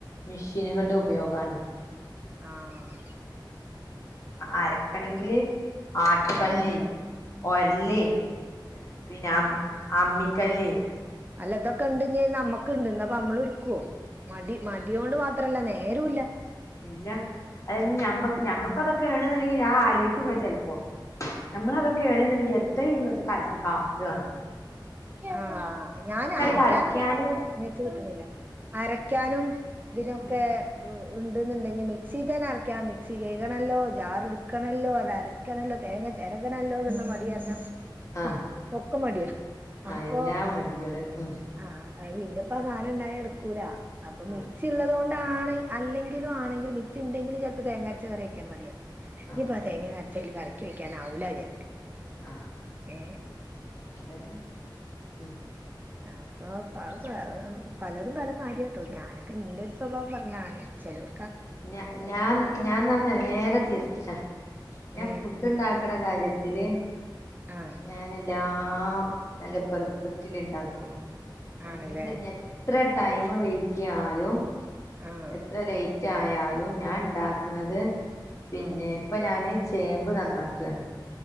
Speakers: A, on the left (about 40°); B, on the right (about 25°).
A: മെഷീനുകളുടെ ഉപയോഗാണ്
B: ആഹ!
A: അരക്കണമെങ്കില് ആട്ട്കല്ല്
B: ആഹ്
A: ഒരല് പിന്നെ അം അമ്മിക്കല്
B: അല്ല ഇതൊക്കെ ഉണ്ട നമ്മക്ക് ഇണ്ടന്നപ്പ നമ്മള് എടുക്കുവോ മടി മടിയ കൊണ്ട് മാത്രല്ല നേരല്ല
A: ഇല്ല അത ഞമ്മക്ക് ഞമ്മക്കതൊക്കെ ണുന്നുണ്ടെങ്കി ഞാൻ ആലോക്കുങ്ങന ചെലപ്പോം നമ്മൾ അതൊക്കെണണ്ടെങ്കിൽ എത്രയും ഇന്നത്തെ കാലത്ത് കാട്ടന്ന്
B: ആ ഞാൻ അരക്കാന
A: കറക്കിയാല്
B: നെറ്റ് കിട്ടണില്ല അരക്കാനും ഇതിനൊക്കെ-
A: ഉം
B: ഉണ്ട്ന്നുണ്ടെങ്കിൽ മിക്സിൽ തന്നെ അരക്കാം മിക്സി കഴകണമല്ലോ ജാർ എടുക്കണമല്ലോ അത്ര- ചെക്കണല്ലോ തേങ്ങ ചെരകണല്ലോ എന്നുള്ള മടികാരണം
A: ആ
B: പ്പ ഒക്ക മടിയാ
A: ആ
B: അപ്പൊ
A: എല്ലാ വടികള് മ്
B: ആഹ് അത് പിന്നെ ഇപ്പ ആ സാധനം ഇണ്ടായ എടുക്കൂല അപ്പൊ
A: ആഹ്
B: മിക്സി ഉള്ളതൊണ് ആണെ അല്ലെങ്കിലും ആണെങ്കിലും മിക്സി ഇണ്ടെങ്കിലും ചിലപ്പം തേങ്ങരച്ച കറി വെക്കാ മടിയാ.
A: ആഹ്
B: ഇനിപ്പ ആ
A: ആഹ്
B: തേങ്ങ നിറച്ചതിൽ കലക്കി വെക്കാൻ ആവൂല ചാരിക്കും
A: ആഹ്
B: ഏ
A: അതന്നെ ഉം
B: ആ പ്പം പ് പ പ പലരും പല മാരിയാ കേട്ടോ ഞാനൊക്കെ എന്റെ ഒരു സ്വഭാവം പറഞ്ഞതാണ് ചിലർ
A: ഞ ഞാൻ ഞാൻ ന്ന നേരെ തിരിച്ചാ ഞാൻ
B: ഏ
A: ഫുഡ് ഉണ്ടാക്കണ കാര്യത് ത്തില്
B: ആഹ്
A: ഞാൻ എല്ലാം നല്ല പെർഫെക്റ്റില് ഇണ്ടാക്കുള്ളു. എന്ത്
B: ആണല്ലേ
A: നി എത്ര ടൈം വെെയിക്കാലും
B: ആഹ്
A: എത്ര ലേറ്റ് റ്റായാലും ഞാൻ ഉണ്ടാക്ക്ന്നത് പിന്നെ
B: ആഹ്
A: ഇപ്പൊ ഞാന് ചേമ്പ് നന്നാക്കയാണ്.